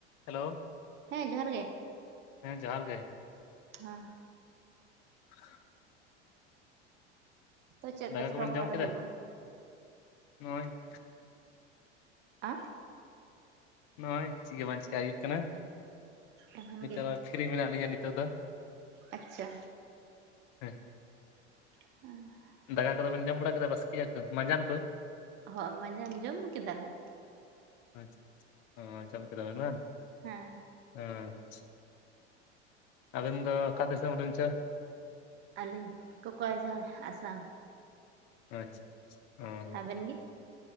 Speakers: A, on the left; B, on the right.
A: Hello
B: ᱦᱮᱸ ᱡᱚᱦᱟᱨ ᱜᱮ
A: ᱦᱮᱸ ᱡᱚᱦᱟᱨ ᱜᱮ
B: ᱦᱮᱸ
A: <inaudible>
B: ᱛᱚ ᱪᱮᱫ
A: ᱫᱟᱠᱟ
B: ᱠᱚ ᱪᱮᱠᱟ
A: ᱠᱚᱵᱤᱱ
B: ᱵᱟᱲᱟ
A: ᱡᱚᱢ
B: ᱫᱚ
A: ᱠᱮᱫᱟ
B: ᱦᱩᱭᱩᱜ ᱠᱟᱱᱟ
A: ᱱᱚᱜ-ᱚᱭ
B: ᱟ
A: ᱱᱚᱜᱼᱚᱭ ᱪᱮᱫ ᱜᱤ ᱵᱟᱝ ᱪᱤᱠᱟᱭ ᱦᱩᱭᱩᱜ ᱠᱟᱱᱟ
B: ᱮᱢᱚᱱ
A: ᱱᱤᱛᱚᱜ ᱢᱟ ᱯᱷᱨᱤ ᱢᱮᱱᱟᱜ ᱞᱤᱧᱟᱹ ᱱᱤᱛᱚᱜ ᱫᱚ
B: ᱟᱪᱷᱟ
A: ᱦᱮᱸ
B: ᱞ <inaudible>
A: ᱫᱟᱠᱟ ᱠᱚᱫᱚ ᱵᱮᱱ ᱡᱚᱢ ᱵᱟᱲᱟ ᱠᱮᱫᱟ ᱵᱟᱥᱠᱮ ᱭᱟᱜ ᱠᱚ ᱢᱟᱸᱡᱟᱱ ᱠᱚ
B: ᱦᱳᱭ ᱢᱟᱡᱟᱱ ᱡᱚᱢ ᱠᱮᱫᱟ ᱞᱮ,
A: ᱟᱪᱷᱟ ᱪᱟ ᱡᱚᱢ ᱠᱮᱫᱟ ᱵᱮᱱ ᱵᱟᱝ
B: ᱦᱮᱸ
A: ᱟᱪᱪᱷᱟ ᱟᱹᱵᱤᱱ ᱫᱚ ᱚᱠᱟ ᱫᱤᱥᱚᱢ ᱨᱮᱱ ᱪᱚ
B: ᱟᱹᱞᱤᱧ ᱠᱚᱠᱚᱭ ᱡᱷᱟ ᱟᱥᱟᱢ
A: ᱟᱪᱷᱟ ᱪᱷᱟ ᱚ
B: ᱟᱵᱮᱱ ᱜᱮ